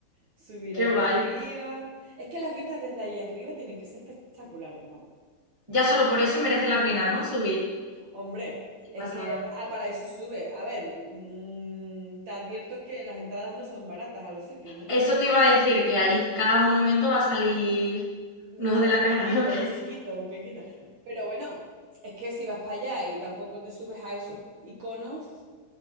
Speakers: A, on the right (about 65°); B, on the right (about 30°).
A: Subir
B: Qué
A: allá
B: guay.
A: arriba. Es que las vistas desde ahí arriba tienen que ser espectaculares, vamos.
B: Ya solo por eso merece la pena, ¿no? Subir.
A: Hombre,
B: Qué
A: es
B: pasada.
A: que ah, para eso sube. A ver, mm, te advierto que las entradas no son baratas a los sitios, ¿eh?
B: Eso te iba a decir, que allí cada monumento va a salir
A: Mm,
B: un ojo de
A: Un
B: la cara,
A: piquito,
B: ¿no? <laughs> Casi.
A: un piquito, un piquito. Pero bueno, es que si vas para allá y tampoco te subes a esos iconos,